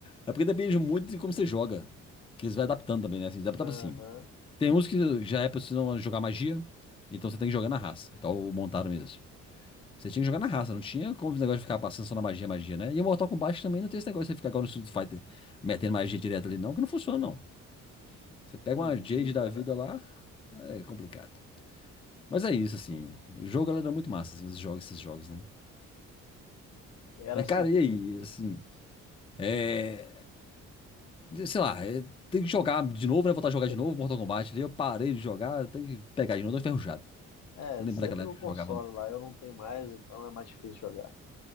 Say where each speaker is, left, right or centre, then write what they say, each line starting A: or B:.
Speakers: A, on the left (about 20°); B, on the left (about 65°).
A: É porque depende muito de como você joga. Que eles vai adaptando também, né? Assim, adaptava
B: Aham,
A: assim. Tem uns que já é pra você não jogar magia, então você tem que jogar na raça, igual o Montaro mesmo. Você tinha que jogar na raça, não tinha como o negócio de ficar passando só na magia, magia, né? E o Mortal Kombat também não tem esse negócio de você ficar igual no Street Fighter metendo magia direto ali, não, que não funciona, não. Você pega
B: entendi,
A: uma Jade
B: cara.
A: da vida lá, é complicado. Mas é isso, assim. O jogo, galera, é muito massa, assim, os jogos, esses jogos, né?
B: Era
A: Mas,
B: assim.
A: cara, e aí? Assim, é... Sei lá, é... tem que jogar de novo, né? Voltar a jogar
B: <laughs>
A: de novo Mortal Kombat ali. Eu parei de jogar, tem que pegar de novo, tô enferrujado.
B: É,
A: Lembra
B: você
A: daquela
B: tem
A: época
B: um console
A: que eu jogava muito.
B: lá, eu não tenho mais, então é mais difícil jogar.